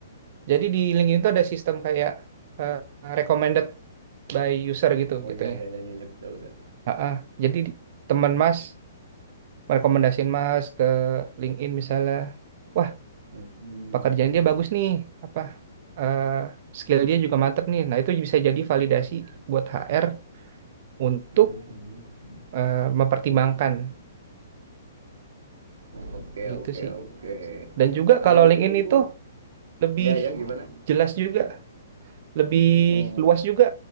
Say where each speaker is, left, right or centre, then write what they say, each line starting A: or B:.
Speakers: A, on the right (about 45°); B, on the right (about 80°).
A: jadi di LinkedIn tuh ada sistem kayak eh, recommended by user gitu
B: Oh
A: gitunya
B: ya ya ya ya. Ya betul betul.
A: Ah, jadi di- teman Mas merekomendasiin Mas ke LinkedIn misalnya wah
B: Mhm.
A: pekerjaan
B: Mhm.
A: dia bagus nih apa eh, skill dia juga mantep nih nah itu bisa jadi validasi
B: Oh ya.
A: buat HR untuk
B: Mhm.
A: eh, mempertimbangkan
B: Oke
A: gitu
B: oke
A: sih
B: oke.
A: Dan juga
B: Kalau
A: kalau LinkedIn
B: dulu,
A: itu lebih
B: ya ya gimana?
A: jelas juga, lebih
B: Oh.
A: luas juga